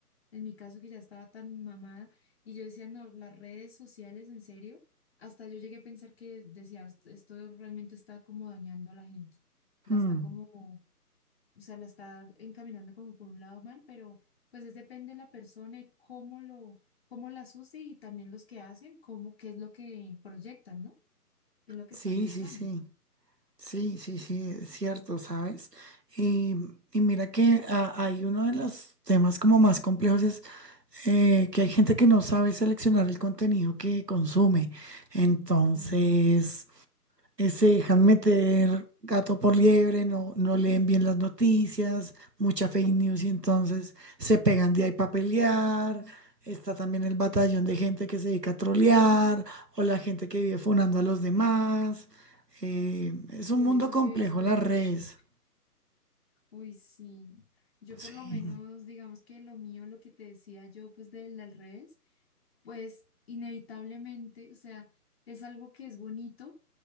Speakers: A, on the left (about 40°); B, on the right (about 85°).
A: En mi caso, que ya estaba tan mamada y yo decía, no, las redes sociales, en serio, hasta yo llegué a pensar que decía, "Est- esto realmente está como dañando a la gente, la
B: mm.
A: está como, o sea, la está encaminando como por un lado mal, pero pues es depende de la persona y cómo lo, cómo las use y también los que hacen, cómo, qué es lo que proyectan, ¿no? ¿Qué es lo que
B: Sí,
A: están mostrando?
B: sí, sí. Sí, sí, sí, es cierto, ¿sabes? Y, y mira que ah, hay uno de los temas como más complejos es eh, que hay gente que no sabe seleccionar el contenido que consume. Entonces,
A: Mm,
B: eh, se dejan meter gato por liebre, no, no leen bien las noticias, mucha fake news y entonces se pegan de ahí para pelear. Está también el batallón
A: Sí, total.
B: de gente que se dedica a trolear o la gente que vive funando a los demás. Eh, es un
A: Uy,
B: mundo
A: eso
B: complejo
A: sí he visto
B: las
A: mucho.
B: redes.
A: Uy, sí. Yo
B: Sí.
A: por lo menos, digamos que lo mío, lo que te decía yo, pues de las redes, pues inevitablemente, o sea, es algo que es bonito,